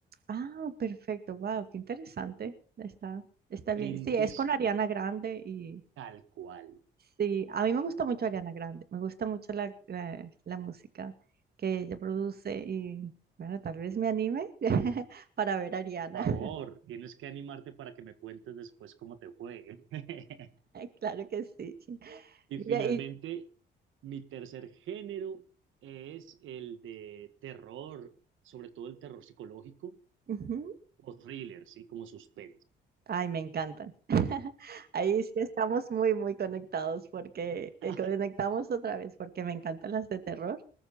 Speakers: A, on the right; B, on the right.
A: Ah, perfecto. Wow, qué interesante. Está, está bien.
B: Lindísima,
A: Sí, es con Ariana Grande y
B: tal cual.
A: sí, a mí me gusta mucho Ariana Grande. Me gusta mucho la, la, la música que ella produce y bueno, tal vez me anime <laughs> para ver a Ariana.
B: Por
A: <laughs>
B: favor, tienes que animarte para que me cuentes después cómo te fue. <laughs>
A: Claro que sí.
B: Y
A: Mira,
B: finalmente,
A: y
B: mi tercer género es el de terror, sobre todo el terror psicológico
A: Ujú.
B: o thriller, ¿sí? Como suspense.
A: Ay, me encantan. <laughs> Ahí sí estamos muy, muy conectados porque eh,
B: <laughs>
A: conectamos otra vez porque me encantan las de terror.